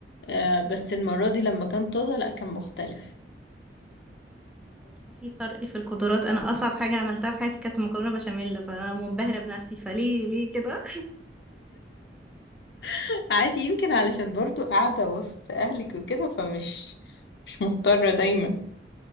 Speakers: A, on the left (about 65°); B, in the centre.
A: آه بس المرة دي لما كان طازة لا كان مختلف
B: اكيد في فرق في القدرات انا اصعب حاجه عملتها في حياتي كانت مكرونه بشاميل فانا منبهره بنفسي فليه ليه كده
A: <laughs> عادي يمكن علشان برضو قاعدة وسط أهلك وكده فمش مش مضطرة دايما